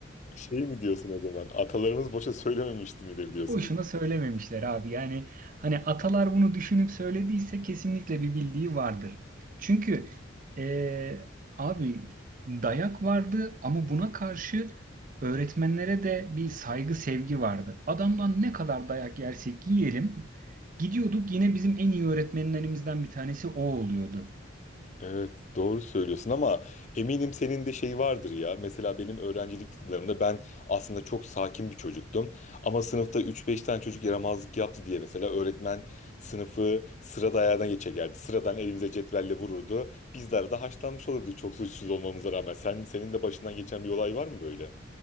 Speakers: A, on the left (about 35°); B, on the right (about 45°).
A: Şey mi diyorsun o zaman? Atalarımız boşa söylememişti midir diyorsun
B: Boşuna söylememişler abi. Yani hani atalar bunu düşünüp söylediyse kesinlikle bir bildiği vardır. Çünkü eee, abi dayak vardı ama buna karşı öğretmenlere de bir saygı sevgi vardı. Adamdan ne kadar dayak yersek yiyelim gidiyorduk yine bizim en iyi öğretmenlerimizden bir tanesi o oluyordu.
A: Evet, doğru söylüyorsun ama eminim senin de şey vardır ya. Mesela benim öğrencilik yıllarımda ben aslında çok sakin bir çocuktum. Ama sınıfta üç beş tane çocuk yaramazlık yaptı diye mesela öğretmen sınıfı sıra dayağına geçerdi. Sıradan elimize cetvelle vururdu. Biz de arada haşlanmış olurdu çok suçsuz olmamıza rağmen. Sen, senin de başından geçen bir olay var mı böyle?